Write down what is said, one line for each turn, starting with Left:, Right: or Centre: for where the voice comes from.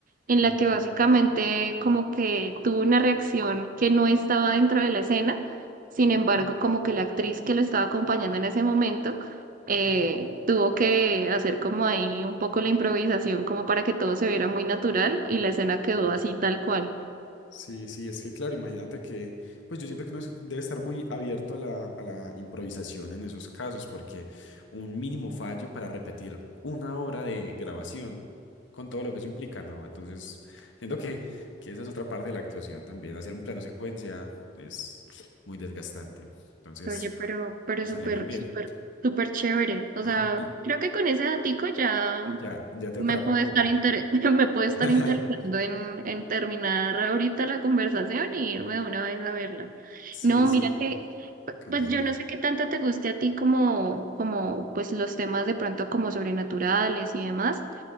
Right: en
Left: ajá.
Right: la que básicamente como que tuvo una reacción que no estaba dentro de la escena, sin embargo, como que la actriz que lo estaba acompañando en ese momento eh,
Left: ujú,
Right: tuvo que hacer como ahí un poco la improvisación como para que todo se viera muy natural y la escena quedó
Left: sí.
Right: así tal cual.
Left: Sí, sí, es que claro, imagínate que, pues yo siento que uno es- debe estar muy abierto a la, a la improvisación en esos casos, porque un mínimo fallo para repetir una hora de grabación con todo lo que eso implica, ¿no? Entonces, siento que, que esa es otra parte de la actuación también, hacer un plano secuencia es muy desgastante. Entonces,
Right: Oye, pero, pero
Left: le
Right: súper,
Left: salió muy bien.
Right: súper, súper chévere. O
Left: Ajá,
Right: sea,
Left: y
Right: creo que con ese datico ya
Left: ya, ya te
Right: me
Left: atrapa
Right: puede
Left: un poco.
Right: estar inter- <laughs> me puede
Left: <laughs>
Right: estar interesando en, en terminar ahorita la conversación y irme de una vez a verla.
Left: Sí,
Right: No,
Left: sí,
Right: mira que, pu-
Left: contame.
Right: pues yo no sé qué tanto te guste a ti como, como, pues los temas de pronto como sobrenaturales y demás.